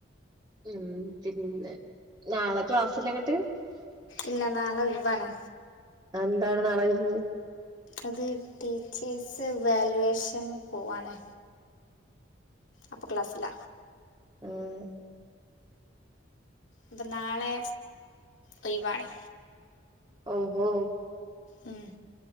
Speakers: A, on the right; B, on the left.
A: ഉമ് പിന്നെ നാള ക്ലാസ്സില്ലങ്ങട്ട്?
B: ഇല്ല നാളെ ഒഴിവാണ്.
A: അന്താണ് നാള ഒഴിവ്?
B: അത് ടീച്ചേഴ്സ് വാലുവേഷൻ പോവാണ്. അപ്പ ക്ലാസ്സില്ല.
A: ഉമ്
B: ഇപ്പം നാളെ ലീവാണ്.
A: ഓഹ് ഒഹ്
B: ഉമ്